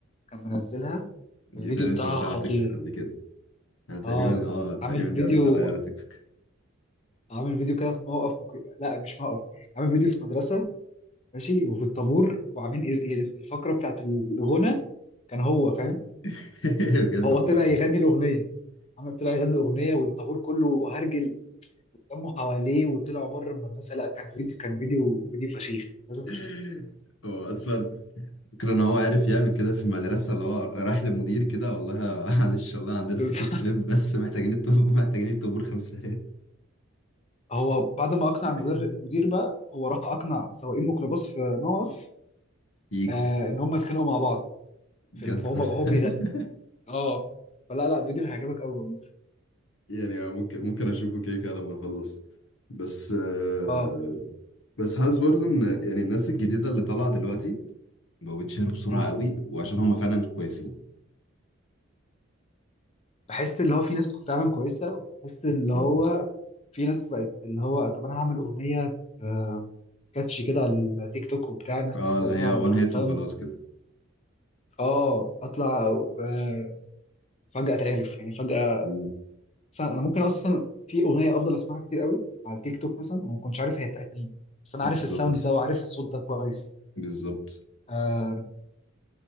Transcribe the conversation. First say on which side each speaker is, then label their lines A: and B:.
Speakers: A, on the left; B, on the left.
A: كان منزلها
B: دي
A: الفيديو
B: تقريبا
A: بتاعها
B: سمعتها
A: خطير
B: على تيك توك قبل كده انا تقريبا
A: آه
B: اه تقريبا
A: عامل فيديو
B: دي عدت عليا على تيك توك
A: عامل فيديو كده في موقف مكرو... لأ مش موقف عامل فيديو في مدرسة ماشي وفي الطابور وعاملين إز- الفقرة بتاعت الغنى كان هو فاهم
B: <laughs> بجد
A: هو
B: والله
A: طلع يغني الأغنية عمل طلع يغني الأغنية والطابور كله هرجل لموا حواليه وطلعوا بره المدرسه لا كان فيديو كان فيديو فيديو فشيخ لازم
B: <laughs>
A: تشوفه
B: هو اصلا فكرة ان هو عارف يعمل كده في المدرسة اللي هو رايح للمدير كده والله <laughs> معلش والله عندنا
A: <laughs> بس
B: فكرة كليب بس محتاجين الطابور محتاجين الطابور خمسة
A: هو بعد ما اقنع
B: <laughs>
A: المدير المدير بقى هو راح اقنع سواقين ميكروباص في موقف
B: يجوا
A: آه ان هم يتخانقوا مع بعض
B: بجد
A: في الم- وهو
B: <laughs>
A: وهو بيغني اه فلا لا فيديو هيعجبك قوي والله
B: يعني ممكن ممكن اشوفه كده كده لما اخلص بس آه،
A: اه
B: بس حاسس برضو ان يعني الناس الجديدة اللي طالعة دلوقتي بقوا بيتشهروا بسرعة
A: مم.
B: قوي وعشان هما فعلا كويسين
A: بحس اللي هو في ناس فعلا كويسه وبحس اللي هو
B: مم.
A: في ناس بقت اللي هو طب انا هعمل اغنيه آه كاتشي كده على التيك توك وبتاع الناس
B: اه
A: تستخدمها
B: اللي هي
A: على
B: وان
A: ساوند
B: هيت
A: ساوند.
B: وخلاص كده
A: اه اطلع آه، فجأة اتعرف يعني فجأة
B: مم.
A: مثلا انا ممكن اصلا في اغنية افضل اسمعها كتير قوي على التيك توك مثلا وما كنتش عارف هي بتاعت مين بس انا
B: بالظبط
A: عارف الساوند ده وعارف الصوت ده كويس
B: بالظبط
A: آه